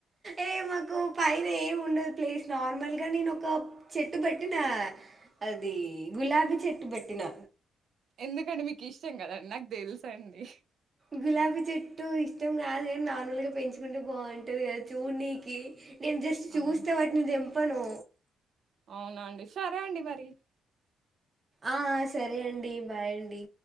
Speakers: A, on the right (about 30°); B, on the right (about 65°).
A: ఏ మాకు పైన ఏమి ఉండదు ప్లేస్ నార్మల్గా నేను ఒక చెట్టు పెట్టినా ఆ అది గులాబీ చెట్టు పెట్టి న
B: ఎందుకండి మీకు ఇష్టం కదండి నాకు తెలుస అండి.
A: గులాబీ చెట్టు ఇష్టం కాదు గని నార్మల్గా పెంచుకుంటే బాగుంటుంది కదా చూడ్నికి నేను జస్ట్ చూస్తే
B: అవును
A: వాటిని తెమ్ పను
B: అవునా అండి, సరే అండి మరి.
A: ఆ సరే అండి, బాయ్ అండి.